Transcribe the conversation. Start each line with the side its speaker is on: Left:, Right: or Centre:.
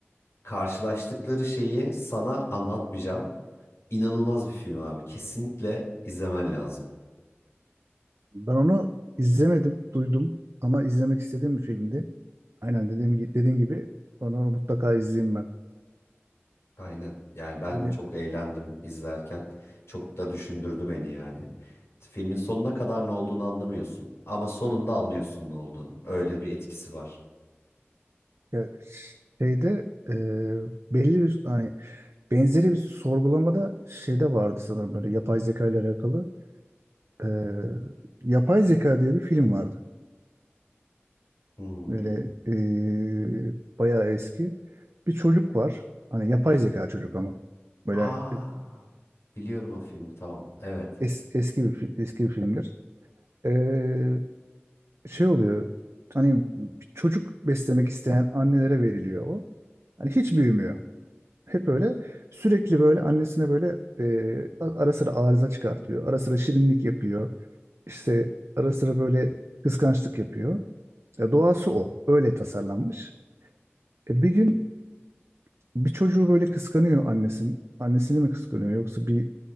Left: karşılaştıkları şeyi sana anlatmayacağım. İnanılmaz bir film abi. Kesinlikle izlemen lazım.
Right: Ben onu izlemedim, duydum ama izlemek istediğim bir filmdi. Aynen dediğim, gi- dediğin gibi onu mutlaka izleyeyim ben.
Left: Aynen. Yani ben
Right: Bir de
Left: çok eğlendim izlerken. Çok da düşündürdü beni yani. Filmin sonuna kadar ne olduğunu anlamıyorsun ama sonunda anlıyorsun ne olduğunu. Öyle bir etkisi var.
Right: ya şeyde e, belli bir hani benzeri bir sorgulamada şeyde vardı sanırım böyle yapay zeka ile alakalı. E, Yapay Zeka diye bir film vardı.
Left: Hmm.
Right: Böyle e, bayağı eski. Bir çocuk var. Hani yapay zeka çocuk ama. Böyle
Left: Aa,
Right: e,
Left: biliyorum o filmi tamam. Evet.
Right: Es- eski bir fi- eski bir filmdir. Ee, şey oluyor. Hani çocuk beslemek isteyen annelere veriliyor o. Hani hiç büyümüyor. Hep öyle sürekli böyle annesine böyle e, ara sıra arıza çıkartıyor. Ara sıra şirinlik yapıyor. İşte ara sıra böyle kıskançlık yapıyor. Ya doğası o. Öyle tasarlanmış. E, bir gün bir çocuğu böyle kıskanıyor annesin. Annesini mi kıskanıyor yoksa bir